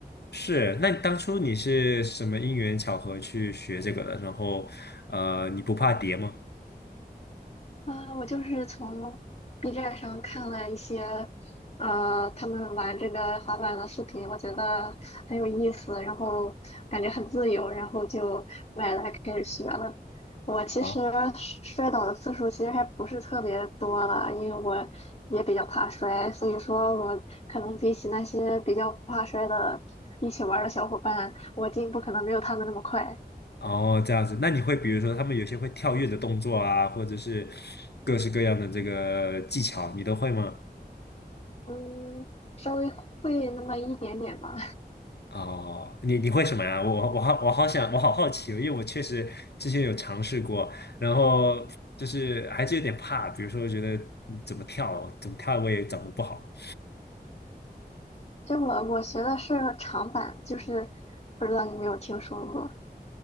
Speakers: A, on the left; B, on the left.
A: 是，那你当初你是什么因缘巧合去学这个的？然后，呃，你不怕跌吗？
B: 呃，我就是从 B 站上看了一些，呃，他们玩这个滑板的视频，我觉得很有意思，然后感觉很自由，然后就买来开始学了。我其实摔倒的次数其实还不是特别多了，
A: 啊，
B: 因为我也比较怕摔，所以说我可能比起那些比较不怕摔的一起玩儿的小伙伴，我进步可能没有他们那么快，
A: 哦，这样子，那你会比如说他们有些会跳跃的动作啊，或者是各式各样的这个技巧，你都会吗？
B: 嗯，稍微会那么一点点吧。
A: 哦，你你会什么呀？我我好我好想我好好奇哦，因为我确实之前有尝试过，然后就是还是有点怕，比如说觉得嗯怎么跳哦，怎么跳我也掌握不好。
B: 就我我学的是长板，就是不知道你有没有听说过，